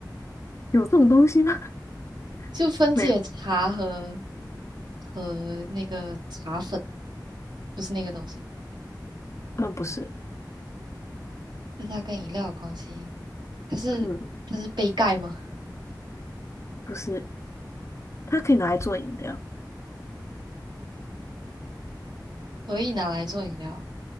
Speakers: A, on the left (about 40°); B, on the right (about 80°).
A: 有这种东西吗？<laughs>
B: <laughs> 就分解茶和
A: 没有，
B: 和那个茶粉，不是那个东西。
A: 嗯，不是，
B: 但是它跟饮料有关系，它是它是杯盖吗？
A: 嗯，不是。它可以拿来做饮料。
B: 可以拿来做饮料，